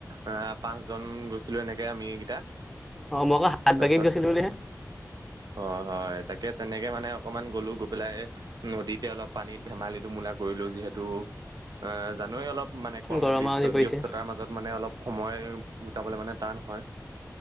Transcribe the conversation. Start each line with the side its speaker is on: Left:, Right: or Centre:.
Right: আহ পাঁচ জন গৈছিলো। এনেকে আমি এইকেইটা।
Centre: অ মই আকৌ হাত
Right: তাৰপিছত
Centre: বাকীত গৈছিলো বুলিহে।
Right: হয় হয় তাকে তেনেকে মানে অকনমান গ'লো গৈ পেলাই নদীতে অলপ পানীত ধেমালিটো মোলা কৰি। যিহেতু অ জানোৱে অলপ মানে কৰ্মস্ত
Centre: গৰম আৰু যি পৰিছে।
Right: ব্যস্ততাৰ মাজত মানে অলপ সময়। বুজাবলে মানে টান হয়।